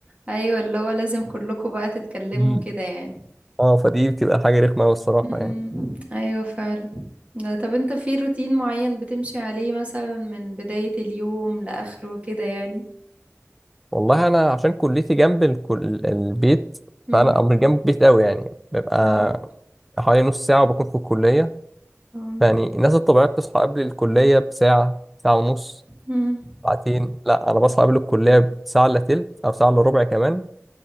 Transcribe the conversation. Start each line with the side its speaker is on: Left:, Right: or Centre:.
Right: ايوه اللي هو لازم كلكم بقى تتكلموا
Centre: مم.
Right: كده يعني
Centre: اه فدي بتبقى حاجة رخمة أوي الصراحة
Right: امم
Centre: يعني
Right: ايوه فعلا لا، طب انت في روتين معين بتمشي عليه مثلا من بداية اليوم لآخره كده يعني
Centre: والله أنا عشان كليتي جنب الكل... البيت
Right: امم
Centre: فأنا أو مش جنب البيت أوي يعني ببقى
Right: اه
Centre: حوالي نص ساعة وبكون في الكلية
Right: اه
Centre: يعني الناس الطبيعية بتصحى قبل الكلية بساعة ساعة ونص
Right: امم
Centre: ساعتين لا أنا بصحى قبل الكلية بساعة إلا تلت أو ساعة إلا ربع كمان